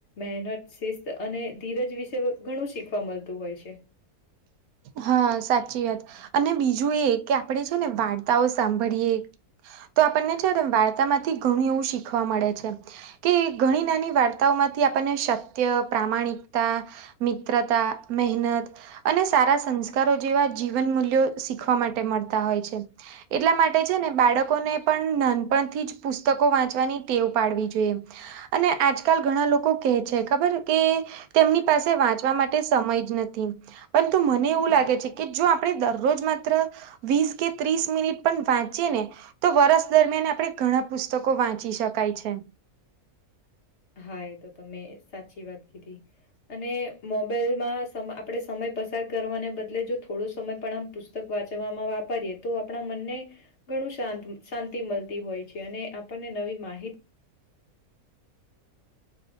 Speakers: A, on the left; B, on the right.
A: મહેનત શિસ્ત અને ધીરજ વિશે ઘણું શીખવા મલતું હોય છે.
B: હા સાચી વાત અને બીજું એ કે આપણે છે ને વાર્તાઓ સાંભળીએ તો આપન ને છે ને વાર્તા માંથી ઘણું એવું શીખવા મળે છે. કે ઘણી નાની વાર્તાઓમાંથી આપનને સત્ય પ્રામાણિકતા મિત્રતા મહેનત અને સારા સંસ્કારો જેવા જીવન મૂલ્યો શીખવા માટે મળતા હોય છે. એટલા માટે છે ને બાળકોને પન નાનપણથી જ પુસ્તકો વાંચવાની ટેવ પાડવી જોઈએ. અને આજકાલ ઘણા લોકો કેય છે ખબર કે તેમની પાસે વાંચવા માટે સમય જ નથી. પરંતુ મને એવું લાગે છે કે જો આપણે દરરોજ માત્ર વીસ કે ત્રીસ મિનિટ પણ વાંચીએ ને તો વરષ દરમિયાન આપણે ઘણાં પુસ્તકો વાંચી શકાય છે.
A: હા એ તો તમે સાચી વાત કીધી. અને મોબાઈલમાં સમ આપણેે સમય પસાર કરવાને બદલે જો થોડો સમય પણ આમ પુસ પુસ્તક વાંચવામાં વાપરીએ તો આપણા મનને ઘણું શાંત શાંતિ મલતી હોય છે અને આપન ને નવી માહિતી